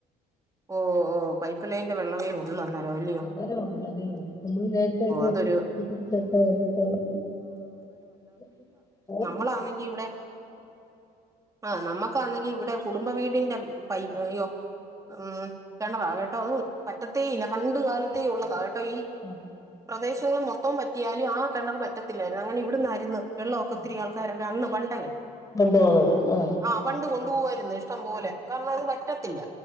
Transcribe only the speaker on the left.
<unintelligible>
നമ്മള് നേരത്തെക്കെ
തിരിച്ചൊക്കെ വെച്ച <unintelligible>
ആ
ആ
കൊണ്ടുപോകുന്നത് ആ